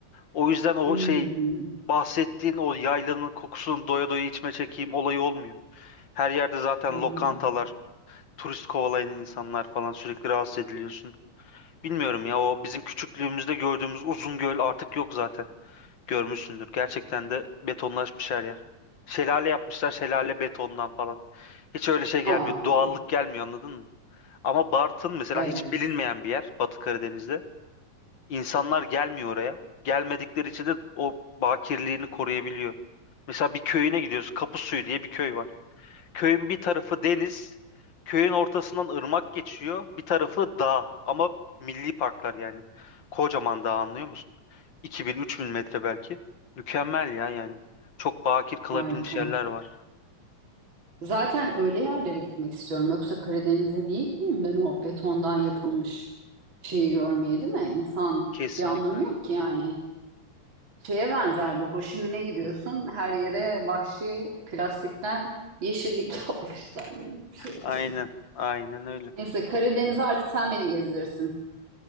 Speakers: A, on the left; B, on the right.
A: O yüzden o
B: Hmm,
A: şey bahsettiğin o yaylanın kokusunu doya doya içme çekeyim olayı olmuyor. Her yerde zaten
B: hmm.
A: lokantalar, turist kovalayan insanlar falan sürekli rahatsız ediliyorsun. Bilmiyorum ya o bizim küçüklüğümüzde gördüğümüz uzun göl artık yok zaten. Görmüşsündür. Gerçekten de betonlaşmış her yer. Şelale yapmışlar şelale betondan falan. Hiç öyle şey gelmiyor.
B: Aa,
A: Doğallık gelmiyor anladın mı? Ama Bartın mesela
B: evet,
A: hiç bilinmeyen bir yer Batı Karadeniz'de. İnsanlar gelmiyor oraya. Gelmedikleri için de o bakirliğini koruyabiliyor. Mesela bir köyüne gidiyorsun. Kapısuyu diye bir köy var. Köyün bir tarafı deniz, köyün ortasından ırmak geçiyor, bir tarafı dağ ama milli parklar yani. Kocaman dağ anlıyor musun? 2000-3000 metre belki. Mükemmel ya yani. Çok bakir kalabilmiş
B: harika.
A: yerler var.
B: Zaten öyle yerlere gitmek istiyorum. Yoksa Karadeniz'e niye gideyim ben o betondan yapılmış şeyi görmeye, değil mi? İnsan
A: Kesinlikle.
B: bir anlamı yok ki yani. Şeye benzer bu. Hoşimine gidiyorsun. Her yere vahşi plastikten yeşillik <laughs> yapmışlar gibi bir şey olacak.
A: Aynen. Aynen öyle.
B: Neyse Karadeniz'e artık sen beni gezdirirsin.